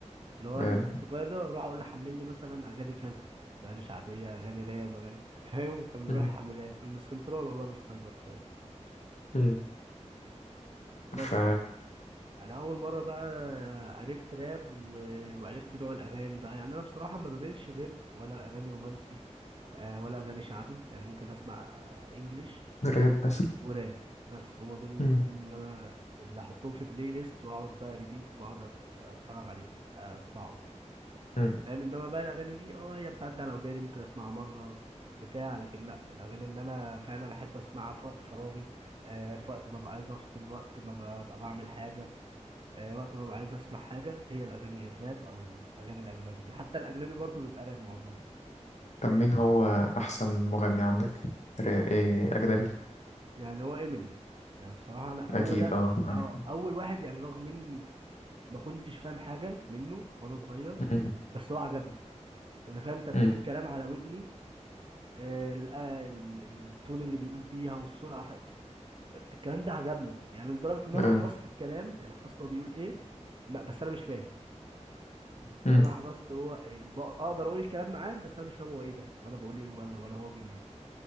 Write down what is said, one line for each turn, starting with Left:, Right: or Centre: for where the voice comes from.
Right: اللي هو
Left: اه
Right: الصغير ده واروح اقول له حمل لي مثلا اغاني كذا اغاني شعبيه اغاني راب اغاني <laughs> فاهم وكان بيروح
Left: امم
Right: يحملها لي. كان من السنترال والله مش سايبر كمان
Left: امم
Right: بس
Left: ف
Right: انا اول مره بقى عرفت راب و... وعرفت نوع الاغاني بقى يعني انا بصراحه ما بميلش غير ولا الاغاني رومانسي آه، ولا اغاني شعبي يعني ممكن اسمع آه، انجليش
Left: راب مثلا
Right: وراب بس هما دول الاتنين
Left: امم
Right: اللي انا اللي احطهم في بلاي ليست واقعد بقى ريبيت واقعد أت- اتفرج عليهم آه، اسمعهم
Left: اه
Right: فاهم انما بقى الاغاني دي اه هي بتعدي على وداني ممكن اسمعها مره بتاع لكن لا الاغاني اللي انا فعلا احب اسمعها في وقت فراغي آه في وقت ما ببقى عايز افصل وقت ما ببقى بعمل حاجه آه وقت ما ببقى عايز اسمع حاجه هي الاغاني الراب او الاغاني الاجنبي دي حتى الاجنبي برضو بيبقى راب معظمه
Left: طب مين هو أحسن مغني عندك؟ ر- إيه أجنبي
Right: يعني هو امينيم يعني بصراحه انا
Left: أكيد
Right: هو ده
Left: أه يعني
Right: اه اول واحد يعني رغم اني ما كنتش فاهم حاجه منه وانا صغير
Left: مم.
Right: بس هو عجبني انا فاهم ترتيب
Left: مم.
Right: الكلام على ودني ال- آه، ال- التون اللي بيقول بيها والسرعه ف... الكلام ده عجبني يعني لدرجه ان
Left: أه
Right: انا حفظت الكلام يعني حفظت هو بيقول ايه ما- بس انا مش فاهم يعني
Left: مم.
Right: انا حفظت هو إيه، بق- اقدر اقول الكلام معاه بس انا مش فاهم هو ايه ده وانا بقول ايه ولا ولا هو بيقول ايه